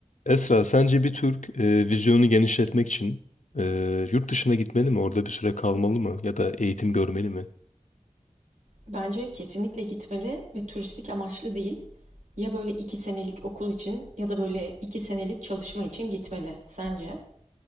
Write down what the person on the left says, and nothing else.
Esra, sence bir Türk e, vizyonu genişletmek için e, yurt dışına gitmeli mi? Orada bir süre kalmalı mı? Ya da eğitim görmeli mi?